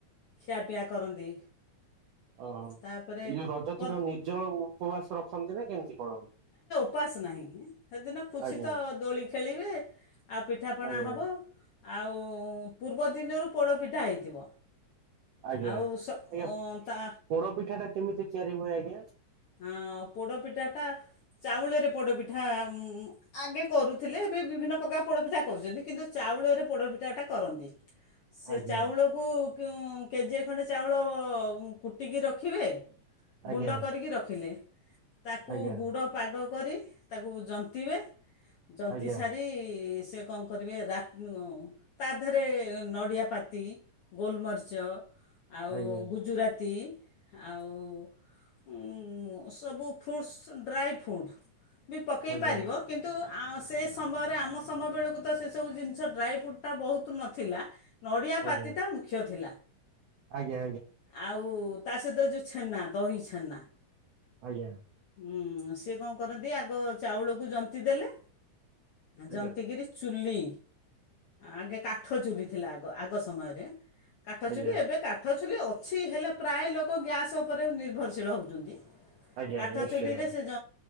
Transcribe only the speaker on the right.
ଅଁ ଏଇ
ଯୋଉ ରଜତିର
ନିଜ ଉପବାସ ରଖନ୍ତି ନା କେମିତି କଣ?
ଆଜ୍ଞା
ଆଜ୍ଞା
ଆଜ୍ଞା।
ଆଜ୍ଞା
ପୋଡ ପିଠାଟା କେମିତି ତିଆରି ହୁଏ ଆ <unintelligible>
ଆଜ୍ଞା
ଆଜ୍ଞା
ଆଜ୍ଞା
ଆଜ୍ଞା
ଆଜ୍ଞା
ଆଜ୍ଞା
ଆଜ୍ଞା।
ଆଜ୍ଞା ଆଜ୍ଞା
ଆଜ୍ଞା
ଆଜ୍ଞା
ଆଜ୍ଞା
ଆଜ୍ଞା
ଆଜ୍ଞା
ନିଶ୍ଚୟ।